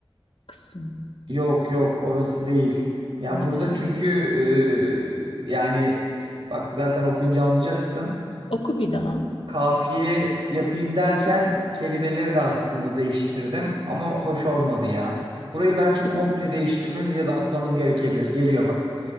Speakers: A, on the left (about 80°); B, on the right (about 80°).
A: Kısım.
B: Yok yok orası değil. Ya
A: Neydi?
B: burada çünkü e, yani bak zaten okuyunca anlayacaksın
A: Oku bir daha.
B: kafiye yapayım derken kelimeleri de aslında değiştirdim ama hoş olmadı ya. Burayı belki
A: Bir
B: komple
A: daha.
B: değiştirmemiz ya da atmamız gerekebilir. Geliyor bak.